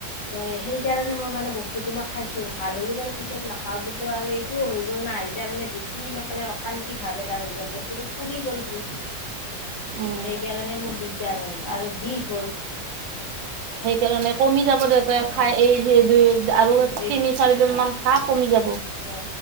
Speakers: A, on the left; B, on the right.
A: হয় সেই সেইকাৰণে মই মানে বস্তুটো মই খাইছো, ভাল হ'লে বাৰু পিছত নাখাওঁ কিন্তু আৰু এইটোও হৈ গ'ল না এতিয়া মানে বেছ ছি মানে অশান্তি ভাৱ এটা হৈ গেল বস্তুটো ফুলি গ'ল যি।
B: উম।
A: সেইকাৰণে মোৰ দিগদাৰ হ'ল আৰু বিষ হ'ল।
B: সেইকাৰণে কমি যাব দে, তই
A: উম
B: খাই এই সেই দুই আৰু
A: এইটো
B: তিনি
A: এই
B: চাৰি দিন মান খা কমি যাব।
A: অ